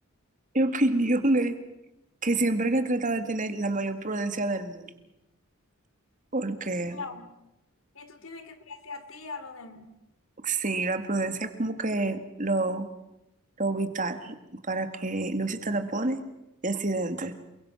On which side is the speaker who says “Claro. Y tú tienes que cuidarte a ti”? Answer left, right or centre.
Left